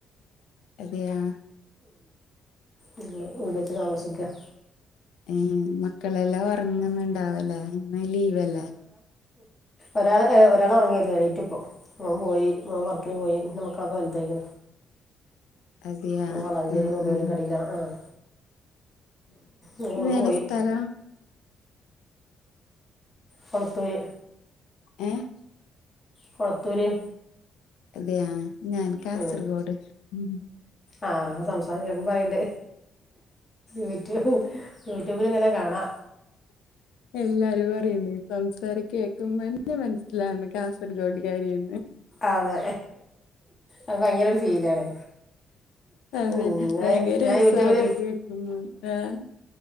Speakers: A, on the left; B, on the left.
A: അതെയോ
B: ഞങ്ങള് വീട് വെച്ച് താമസിക്കാൻ.
A: ഏഹ് മക്കളെല്ലാം ഉറങ്ങുന്നുണ്ടാവുല്ലേ ഇന്ന് ലീവ് അല്ലേ.
B: ഒരാൾ ഒരാൾ ഉറങ്ങവായിരുന്നു, എണീറ്റിപ്പോ മോൻ പോയി മോൻ വർക്കിന് പോയി നമുക്ക് അത് വലുത്.
A: അതെയോ
B: മോൻ വളാഞ്ചേരി
A: ആഹ്
B: മൊബൈലും
A: ആഹ്.
B: കടയിലാണ് ആഹ് അങ്ങനെ മോൻ
A: ഏതാ
B: പോയി
A: സ്ഥലം
B: കൊളത്തൂര്
A: ഏഹ്
B: കൊളത്തൂര്
A: അതേയോ ഞാൻ കാസർഗോഡ്
B: ഉം
A: ഉം ഹും
B: ആഹ് സംസാരം കേക്കുമ്പോ അറീണ്ട് യൂടൂബ് യൂട്യൂബില്ങ്ങനെ കാണാ
A: എല്ലാരും പറയുന്നു സംസാരം കേക്കുമ്പന്നെ ന്നെ മനസ്സിലാന്ന് കാസർഗോഡ് കാരിയെന്ന്
B: അതെ അത്‌ ഭയങ്കരൊരു ഫീലാണ്
A: അതെ
B: ഉം ഞാൻ
A: ഭയങ്കര
B: ഞാൻ
A: രസാട്ടൊ
B: യൂട്യൂബില്
A: കേക്കുമ്പോ ഏഹ്